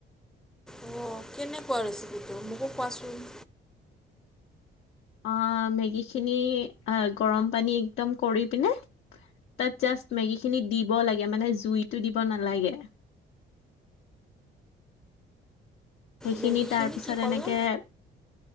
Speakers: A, in the centre; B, on the left (about 75°).
A: অঁ কেনেকুৱা ৰেচিপিটো মোকো কোৱাচোন।
B: অঁ মেগীখিনি এই গৰম পানী একদম কৰি পিনে। তাত জাষ্ট মেগী খিনি দিব লাগে মানে জুইতটো দিব নালাগে। সেইখিনি
A: মেগীখিনি
B: তাৰপিছত
A: কি ক'লা
B: এনেকে-